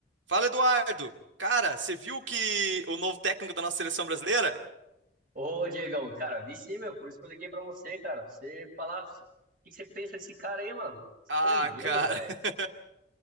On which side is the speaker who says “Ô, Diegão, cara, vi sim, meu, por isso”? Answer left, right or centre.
Right